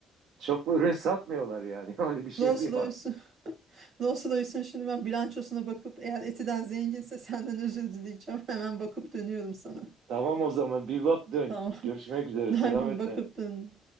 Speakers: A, on the right; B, on the right.
A: çok ürün satmıyorlar yani. <laughs> Öyle bir şeyleri
B: Rolls Royce'un
A: var.
B: <laughs> Rolls Royce'un şimdi ben bilançosuna bakıp eğer Eti'den zenginse senden özür dileyeceğim. <laughs> Hemen bakıp dönüyorum sana.
A: Tamam o zaman bir bak dön.
B: Tamam.
A: Görüşmek üzere.
B: <laughs>
A: Selametle.
B: Aynen bakıp dön.